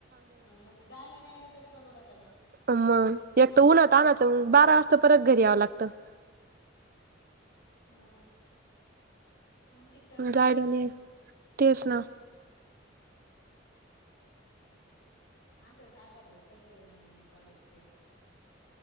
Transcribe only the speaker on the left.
हा म्हणजे जायला आणि यायला तरी परवडत का
मग ऊन कितकं पडत
आहे एक तर
असे तात्या भाऊ काय काय नमुने कॉलेजचे